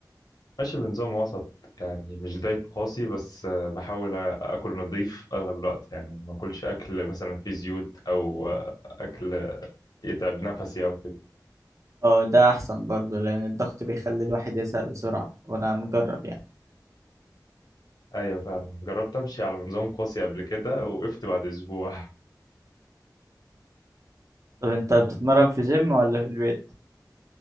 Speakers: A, on the left (about 65°); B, on the right (about 45°).
A: ماشي بنظام وسط يعني مش دايت قاسي بس آه، بحاول اكل نظيف اغلب الوقت يعني ما اكلش اكل مثلا فيه زيوت او آه، اكل يتعب نفسي او كده
B: اه ده احسن برضه لان الضغط بيخلي الواحد يزهق بسرعة وانا مجرب يعني
A: ايوه فعلا جربت امشي على نظام قاسي قبل كده وقفت بعد اسبوع
B: طب انت بتتمرن في جيم ولا في البيت